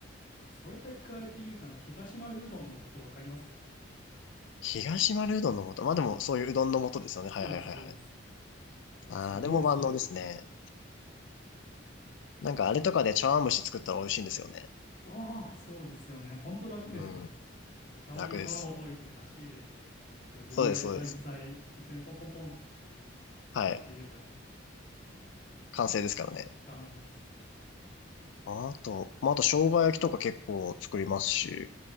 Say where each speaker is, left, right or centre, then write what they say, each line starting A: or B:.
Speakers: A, on the left; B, on the left.
A: あ、それって加えて言うたら、東丸うどんの素わかりますか
B: 東丸うどんの素。まあでもそういううどんの素ですよね。
A: そうです、
B: はいはいはいはい。
A: そうです。僕、
B: ああ、
A: すごい好きですね。
B: でも万能ですね。なんかあれとかで茶碗蒸し作ったら美味しいんですよね。
A: ああ、そうですよね。ほんと楽ですよね。
B: うん。
A: なんか茶碗に卵溶いて、
B: 楽です。
A: 出汁入れて、なんか自分が入れたい具材、
B: そうです、そうです。
A: 適当にポンポンポンって切って、
B: はい。
A: パッて入れたら
B: 完成ですからね。
A: 完成ですね。
B: あと、まああと生姜焼きとか結構作りますし。